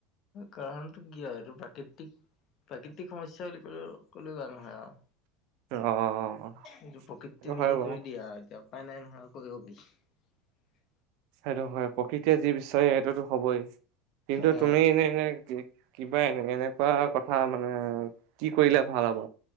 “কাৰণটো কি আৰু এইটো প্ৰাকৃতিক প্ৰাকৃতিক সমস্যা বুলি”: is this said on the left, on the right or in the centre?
Left